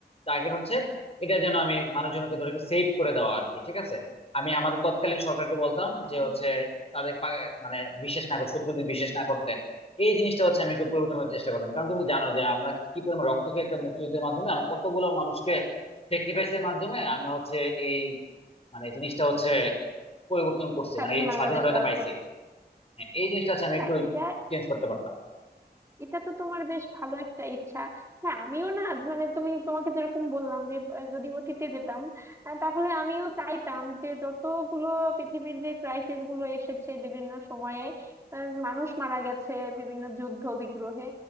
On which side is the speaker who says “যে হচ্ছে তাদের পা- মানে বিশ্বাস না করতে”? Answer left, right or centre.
Left